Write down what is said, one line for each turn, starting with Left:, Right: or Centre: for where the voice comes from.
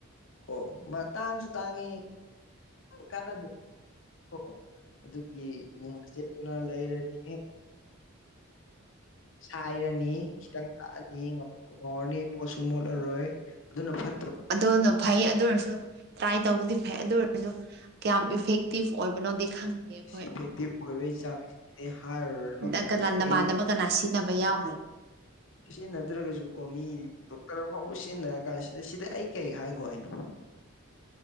Left: ꯀꯣ ꯇꯥꯡꯁꯨ ꯇꯥꯡꯉꯤ ꯀꯥꯟꯅꯗꯦ ꯀꯣ ꯑꯗꯨꯒꯤ ꯆꯦꯠꯇꯨꯅ ꯂꯩꯔꯅꯤ ꯁꯥꯏꯔꯅꯤ ꯈꯤꯇꯪ ꯊꯥꯛꯑꯅꯤ ꯉꯧꯔꯅꯤ ꯃꯣꯠꯁꯨ ꯃꯣꯠꯂꯔꯣꯏ ꯑꯗꯨꯅ ꯐ
Right: ꯑꯗꯨꯅ ꯐꯩ ꯑꯗꯨ ꯑꯣꯏꯔꯁꯨ ꯇ꯭ꯔꯥꯏ ꯇꯧꯕꯗꯤ ꯐꯩ ꯑꯗꯨ ꯑꯣꯏꯔꯁꯨ ꯀꯌꯥꯝ ꯏꯐꯦꯛꯇꯤꯚ ꯑꯣꯏꯕꯅꯣꯗꯤ ꯈꯪꯗꯦ ꯑꯩꯈꯣꯏ
Left: ꯏꯐꯦꯛꯇꯤꯞ
Right: ꯑꯗꯨ
Left: ꯑꯣꯏꯕꯒꯤ ꯆꯥꯡꯁꯤꯗꯤ ꯍꯥꯏꯔꯨꯔꯅꯨ
Right: ꯅꯪ
Left: ꯌꯥꯔꯦ
Right: ꯀꯅꯥ ꯅꯃꯥꯟꯅꯕ
Left: ꯑꯩ
Right: ꯀꯅꯥ ꯁꯤꯖꯤꯟꯅꯕ ꯌꯥꯎ
Left: ꯁꯤꯖꯤꯟꯅꯗ꯭ꯔꯒꯁꯨ ꯀꯣ ꯃꯤ ꯗꯣꯛꯇꯔ ꯐꯥꯎꯕ ꯁꯤꯖꯤꯟꯅꯔ ꯀꯥꯟꯁꯤꯗ ꯁꯤꯗ ꯑꯩ ꯀꯩ ꯍꯥꯏꯥꯏ ꯀꯣꯣꯏꯅ